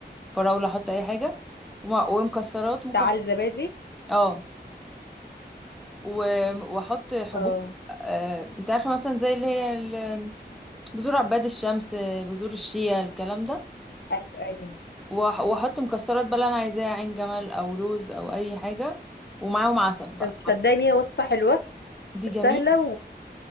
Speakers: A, in the centre; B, on the left (about 70°).
A: فراولة احط اي حاجة ومع- ومكسرات ممكن
B: تعال
A: أح-
B: زبادي
A: اه و- واحط حبوب
B: اه
A: آه، انت عارفه مثلا زي اللي هي ال- بذور عباد الشمس بذور الشيا الكلام ده
B: ايوه ايوه
A: وأح- واحط مكسرات بقى اللي انا عايزاها عين جمل او لوز او اي حاجه ومعاهم عسل بقى
B: طب تصدقني هي وصفه حلوه
A: دي
B: سهله
A: جميل